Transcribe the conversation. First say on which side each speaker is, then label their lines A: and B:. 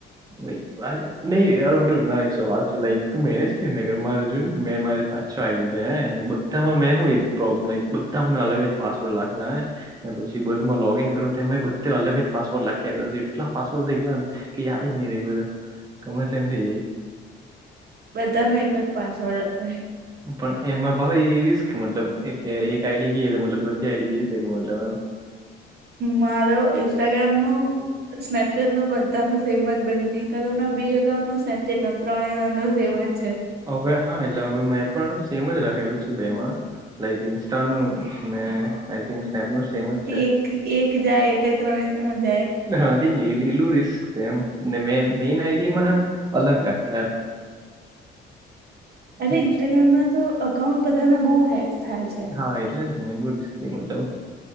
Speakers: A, on the right; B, on the right.
A: નહી વારે નહિ બધુ એક સવાલ છે લાઇક, તું મેરેજ કેમ નહીં કરે? મારે જોની મેં મારી પા છ આઇ ડી છે હે, બધામાં મે હું એકોબ લાઈક બધા મેં અલગ જ પાસવડ લખેલા હે પછી બધુંમાં લોગ ઈન કરું તો એમાં બધા અલગ જ પાસવર્ડ લખ્યા કર એટલા પાસવર્ડ થઈ ગયલા ને. કે યાદ જ નહી રહી બધા ગમત એમ થઇ જાય.
B: બધાનો એક જ પાસવર્ડ રખાય.
A: પણ એમાં ભ એ રિસ્ક મતલબ કે એક આઈડી ગઈએ તો મતલબ બધી આઈડી જઈ શકે મતલબ એમ.
B: મારો ઇન્સ્ટાગ્રામનું. સ્નેપચેટ નો બધાનો સેમજ જ બન્ને એક હમણાં બે એકાઉન્ટનું સ્નેપચેટ નથી. ત્રણેય જણનો સેમજ જ છે.
A: હવે હા એટલે હવે મેં પણ સેમ જ રાખેલું છે બે માં. લાઈક ઇન્સ્ટાનું ને આઈ થિક સ્નેપનુ સેમ જ
B: એક
A: છે.
B: એક જાય એટલે ત્રણે ત્રણ જાય.
A: હા તેજ ને એટલે કેટલુ રિસ્ક છે એમ મે મેન આઈડીમાં અલગ રાખુ એમ.
B: અરે ઇન્સ્ટાગ્રામમાં તો એકાઉન્ટ બધાના બહુ હેક થાય છે
A: હા એટલે જ ને બો રિસ્કી મતલબ.